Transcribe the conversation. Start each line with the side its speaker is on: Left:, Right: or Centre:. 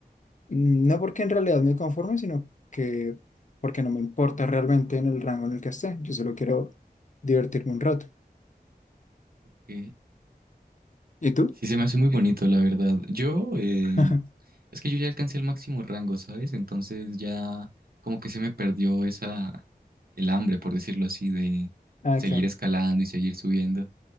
Left: Mm, No porque en realidad me conforme, sino que porque no me importa realmente en el rango en el que esté. Yo solo quiero divertirme un rato.
Right: Ok.
Left: ¿Y tú?
Right: Sí, se me hace muy bonito, la verdad. Yo, eh,
Left: <laughs>
Right: es que yo ya alcancé el máximo rango, ¿sabes? Entonces ya como que se me perdió esa, el hambre, por decirlo así, de
Left: Ah,
Right: seguir
Left: claro.
Right: escalando y seguir subiendo.